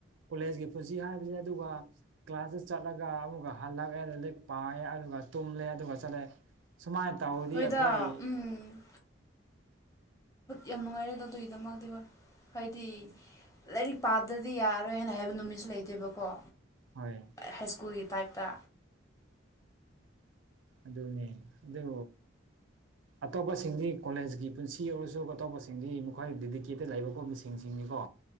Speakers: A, on the right; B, on the left.
A: ꯀꯣꯂꯦꯖꯀꯤ ꯄꯨꯟꯁꯤ ꯍꯥꯏꯕꯁꯦ ꯑꯗꯨꯒ ꯀ꯭ꯂꯥꯁꯇ ꯆꯠꯂꯒ ꯑꯃꯨꯛ ꯍꯜꯂꯛꯑꯦ ꯂꯥꯏꯔꯤꯛ ꯄꯥꯏꯌꯦ ꯑꯗꯨꯒ ꯇꯨꯝꯂꯦ ꯑꯗꯨꯒ ꯆꯠꯂꯦ ꯁꯨꯃꯥꯏꯅ ꯇꯧꯔꯗꯤ
B: ꯍꯣꯏꯗ
A: ꯑꯩꯈꯣꯏ
B: ꯎꯝ ꯌꯥꯝ ꯅꯨꯡꯉꯥꯏꯔꯦꯗꯣ ꯑꯗꯨꯒꯤꯗꯃꯛꯇꯤ ꯍꯥꯏꯗꯤ
A: ꯎꯝ
B: ꯂꯥꯏꯔꯤꯛ ꯄꯥꯗ꯭ꯔꯗꯤ ꯌꯥꯔꯣꯏ ꯍꯥꯏꯅ ꯍꯥꯏꯕ ꯅꯨꯃꯤꯠꯁꯨ ꯂꯩꯇꯦꯕꯀꯣ
A: ꯍꯣꯏ
B: ꯍꯥꯏ ꯁ꯭ꯀꯨꯜꯒꯤ ꯇꯥꯏꯞꯇ
A: ꯑꯗꯨꯅꯦ ꯑꯗꯨ ꯑꯇꯣꯞꯄꯁꯤꯡꯗꯤ ꯀꯣꯂꯦꯖꯀꯤ ꯄꯨꯟꯁꯤ ꯑꯣꯏꯔꯁꯨ ꯑꯇꯣꯞꯄꯁꯤꯡꯗꯤ ꯃꯈꯣꯏ ꯗꯦꯗꯤꯀꯦꯇꯦꯠ ꯂꯩꯕ ꯈꯣꯠꯄꯁꯤꯡ ꯁꯤꯡꯁꯤꯡꯅꯤꯀꯣ